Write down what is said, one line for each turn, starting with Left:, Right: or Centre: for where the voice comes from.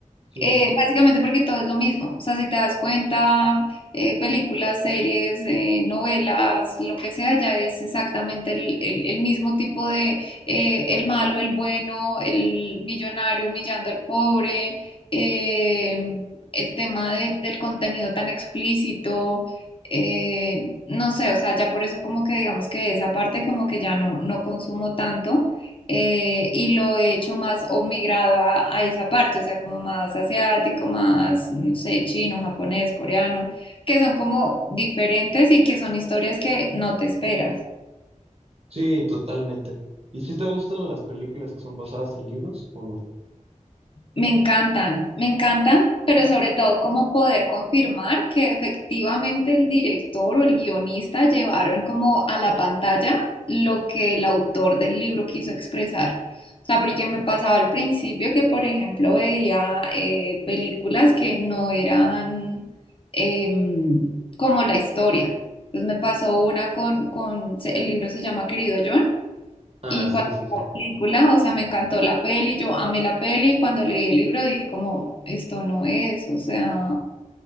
Right: Sí,
Left: Eh, básicamente porque todo es lo mismo. O sea, si te das cuenta, eh, películas, series, eh, novelas, lo que sea, ya es exactamente el, el- el mismo tipo de eh, el malo, el bueno, el millonario humillando al pobre, eh, el tema de- del contenido tan explícito. eh, no sé, o sea, ya por eso como que digamos que esa parte como que ya no, no consumo tanto eh, y lo he hecho más o migrado a, a esa parte, o sea, como más asiático, más, no sé, chino, japonés, coreano, que son como diferentes y que son historias que no te esperas.
Right: sí, totalmente. ¿Y si te gustan las películas que son basadas en libros o no?
Left: Me encantan, me encantan, pero sobre todo como poder confirmar que efectivamente el director o el guionista llevaron como a la pantalla lo que el autor del libro quiso expresar. O sea, porque me pasaba al principio que, por ejemplo, veía eh, películas que no eran em, como la historia. Entonces me pasó una con, con, se- el libro se llama Querido John
Right: Ah,
Left: y
Right: sí,
Left: cuando
Right: sí,
Left: vi
Right: sí.
Left: la película, o sea, me encantó la peli, yo amé la peli, y cuando leí el libro dije como, esto no es, o sea,